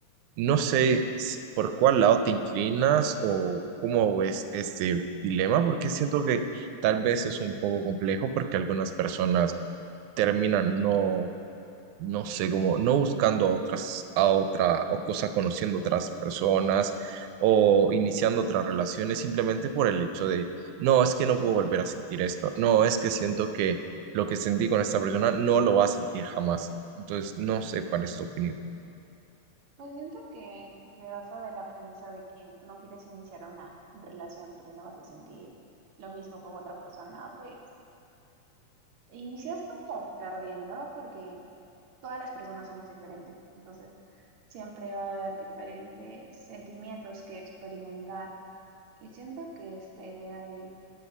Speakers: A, on the right; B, on the right.
A: No sé si- por cuál lado te inclinas o cómo ves este dilema, porque siento que tal vez es un poco complejo porque algunas personas terminan no no sé, como no buscando a otras, a otra, o cosas conociendo otras personas o iniciando otras relaciones simplemente por el hecho de, no, es que no puedo volver a sentir esto, no, es que siento que lo que sentí con esta persona no lo va a sentir jamás. Entonces, no sé cuál es tu opinión.
B: Pues siento que se basa de la premisa de que tú no quieres iniciar una relación porque no vas a sentir lo mismo con otra persona, pues inicias como perdiendo porque todas las personas somos diferentes. Entonces, siempre va a haber diferentes sentimientos que experimentar. Y siento que esta idea de